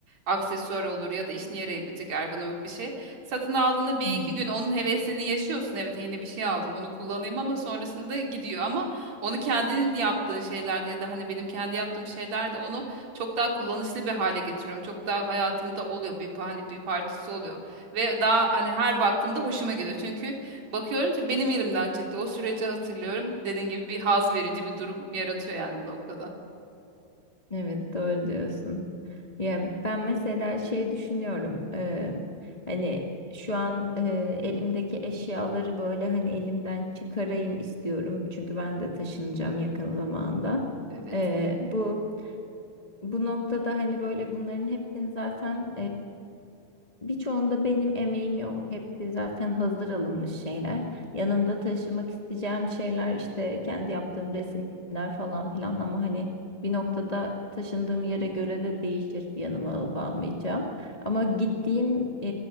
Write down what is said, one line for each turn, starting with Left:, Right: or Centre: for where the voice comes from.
Right: aksesuar olur ya da işine yarayabilecek ergonomik bir şey. Satın aldığında bir
Left: evet,
Right: iki gün onun hevesini yaşıyorsun. Evet yeni bir şey aldım onu kullanayım ama sonrasında gidiyor ama onu kendinin yaptığın şeylerde ya da hani benim kendi yaptığım şeylerde onu çok daha kullanışlı bir hale getiriyorum. Çok daha hayatımda oluyor bir, hani bir parçası oluyor ve daha hani her baktığımda hoşuma gidiyor çünkü Bakıyorum ki benim elimden çıktı. O süreci hatırlıyorum. Dediğin gibi bir haz verici bir durum yaratıyor yani bu noktada.
Left: evet doğru diyorsun. Ya ben mesela şey düşünüyorum eee, hani şu an eee, elimdeki eşyaları böyle hani elimden çıkarayım istiyorum çünkü ben de taşınacağım yakın zamanda.
Right: Evet.
Left: Eee, bu bu noktada hani böyle bunların hepsini zaten Birçoğunda benim emeğim yok. Hepsi zaten hazır alınmış şeyler. Yanımda taşımak isteyeceğim şeyler işte kendi yaptığım resimler falan filan ama hani bir noktada taşındığım yere göre de değişir yanıma alıp almayacağım. Ama gittiğim e,